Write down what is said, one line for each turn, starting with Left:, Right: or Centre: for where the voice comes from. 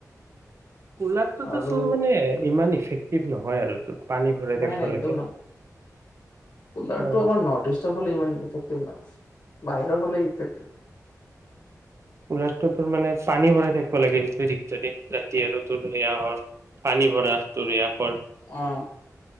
Right: কুলাৰটোতো
Left: আৰু
Right: তোৰ মানে ইমান ইফেক্টিভ নহয় আৰু তোৰ পানী ভৰাই
Left: নাই
Right: থাকিব
Left: নাই একদম
Right: লাগে।
Left: ন কুলাৰটো
Right: অ
Left: আমাৰ নৰ্থ ইষ্টৰফালে ইমান ইফেক্টিভ নাই। বাহিৰৰ ফালে ইফেক
Right: কুলাৰটো তোৰ মানে পানী ভৰাই থাকিব লাগে <inaudible> আৰু তোৰ সেয়া হয়, পানী ভৰা তৰি আকৰ
Left: আহা